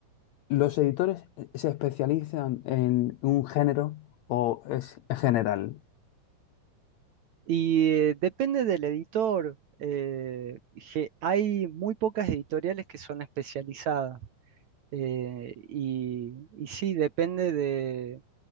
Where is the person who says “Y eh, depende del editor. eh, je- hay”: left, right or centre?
Right